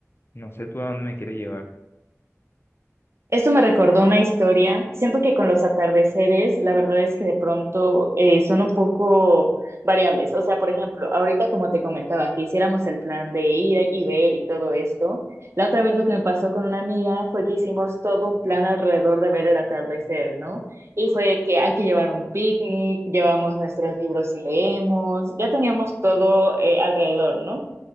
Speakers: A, on the left; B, on the right.
A: No sé tú a dónde me quieres llevar.
B: Esto me recordó una historia. Siento que con los atardeceres, la verdad es que de pronto eh, son un poco variables. O sea, por ejemplo, ahorita como te comentaba, que hiciéramos el plan de ir y ver y todo esto. La otra vez lo que me pasó con una amiga fue que hicimos todo un plan alrededor de ver el atardecer, ¿no? Y fue que hay que llevar un picnic, llevamos nuestros libros y leemos, ya teníamos todo eh, alrededor, ¿no?